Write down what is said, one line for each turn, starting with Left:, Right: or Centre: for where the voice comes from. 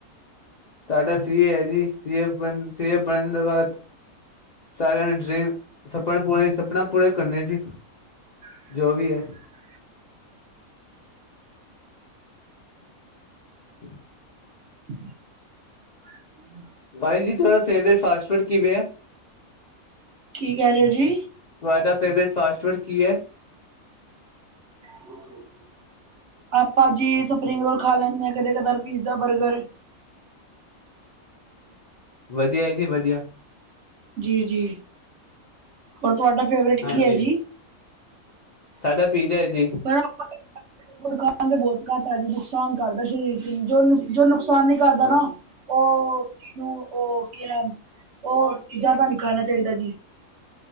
Left: ਸਾਡਾ ਸੀਏ ਹੈ ਜੀ ਸੀਏ ਬਣ ਸੀਏ ਬਣਨ ਦੇ ਬਾਦ ਸਾਰਿਆਂ ਨੇ ਡਰੀਮ ਸਪਨਾ ਪੂਰੇ ਸਪਨਾ ਪੂਰੇ ਕਰਨੇ ਜੀ।
Right: <unintelligible>
Left: ਜੋ ਵੀ ਹੈ <inaudible>
Right: <inaudible>
Left: ਭਾਈ ਜੀ ਤੁਵਾਡਿ ਫੇਵਰੇਟ ਫਾਸਟ ਫੂਡ ਕੀ ਵੇ ਐ।
Right: ਕੀ ਕਹਿ ਰੇ ਓ ਜੀ।
Left: ਤੁਹਾਡਾ ਫੇਵਰੇਟ ਫਾਸਟ ਫੂਡ ਕੀ ਹੈ
Right: <inaudible> ਆਪਾਂ ਜੀ ਸਪਰਿੰਗ ਰੋਲ ਖਾ ਲੈਂਣੇ ਆਂ ਕਦੇ ਕਦਾਰ ਪੀਜ਼ਾ, ਬਰਗਰ
Left: ਵਧੀਆ ਜੀ ਵਧੀਆ।
Right: ਜੀ -ਜੀ ਹੋਰ ਤੁਹਾਡਾ ਫੇਵਰੇਟ
Left: ਹਾਂਜੀ
Right: ਕੀ ਹੈ ਜੀ।
Left: ਸਾਡਾ
Right: <unintelligible>
Left: ਪੀਜ਼ਾ ਹੈ ਜੀ
Right: ਬੋਤ ਘੱਟ ਹੈ ਜੀ ਨੁਕਸਾਨ ਕਰਦਾ ਸੀ। ਜੋ ਨੁ ਜੋ ਨੁਕਸਾਨ ਨੀ ਕਰਦਾ
Left: ਹਾਂ
Right: ਨਾ ਓਹ ਕਿਉ ਓ ਕੀ ਨਾਮ ਓਹ ਜੈਦਾ ਨੀ ਖਾਣਾ ਚਾਹੀਦਾ ਜੀ।